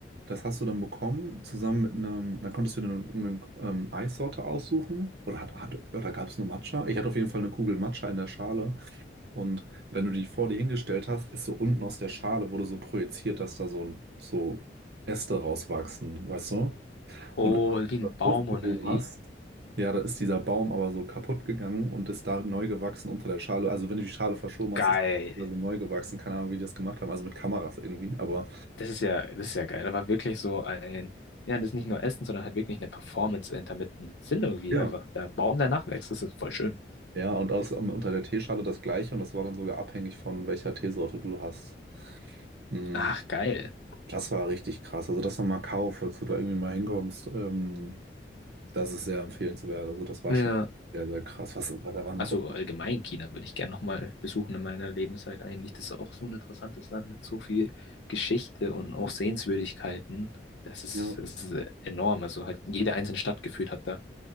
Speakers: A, on the right (about 60°); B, on the left (about 80°).
A: das hast du dann bekommen, zusammen mit einem, dann konntest du dir eine, eine ähm, Eissorte aussuchen oder, hat, hat, oder gab es nur Matcha? Ich hatte auf jeden Fall eine Kugel Matcha in der Schale und wenn du die vor dir hingestellt hast, ist so unten aus der Schale wurde so projiziert, dass da so, ein- so Äste rauswachsen, weißt du?
B: Oh,
A: Und wenn
B: wie
A: du
B: ein
A: das
B: Baum
A: hochgehoben
B: oder wie?
A: hast, ja, da ist dieser Baum aber so kaputt gegangen und ist da neu gewachsen unter der Schale. Also wenn du die Schale verschoben
B: Geil.
A: hast, ist es wieder so neu gewachsen. Keine Ahnung, wie die das gemacht haben. Also mit Kameras irgendwie. Aber
B: Das ist ja, das ist ja geil. Da war wirklich so ein, ja, das ist nicht nur Essen, sondern halt wirklich eine Performance dahinter mit einem Sinn irgendwie.
A: ja.
B: Einfach der Baum, der nachwächst. Das ist voll schön.
A: Ja, und aus, um, unter der Teeschale das gleiche. Und das war dann sogar abhängig von welcher Teesorte du hast. Mm,
B: Ach, geil.
A: Das war richtig krass. Also das nochmal Macau, falls du da irgendwie mal hinkommst, ähm, das ist sehr empfehlenswert. Also das war
B: Ja.
A: schon sehr, sehr krass. Was, aber da war noch...
B: Also allgemein China würde ich gerne nochmal besuchen in meiner Lebenszeit eigentlich. Das ist auch so ein interessantes Land mit so viel Geschichte und auch Sehenswürdigkeiten. Das ist,
A: Ja.
B: das ist enorm. Also halt jede einzelne Stadt gefühlt hat da